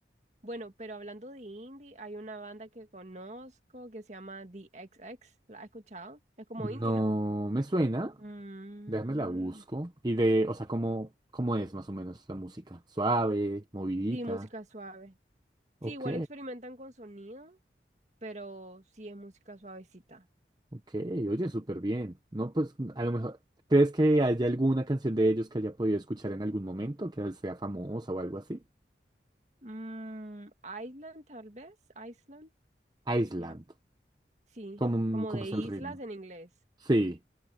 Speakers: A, on the right; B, on the right.
A: Bueno, pero hablando de indie, hay una banda que conozco que se llama The XX. ¿La has escuchado? Es como
B: No
A: indie, ¿no?
B: me suena.
A: Mm,
B: Déjame la busco. Y de, o sea, ¿cómo, cómo es más o menos la música? Suave, movidita.
A: Sí, música suave.
B: Ok,
A: Sí, igual experimentan con sonido, pero sí es música suavecita.
B: ok. Oye, súper bien. No, pues a lo mejor. ¿Crees que haya alguna canción de ellos que haya podido escuchar en algún momento, que sea famosa o algo así?
A: Mm, Island, tal vez. Island.
B: Island.
A: Ya. Sí,
B: ¿Cómo,
A: como
B: cómo
A: de
B: es
A: islas
B: el ritmo?
A: en inglés.
B: Sí.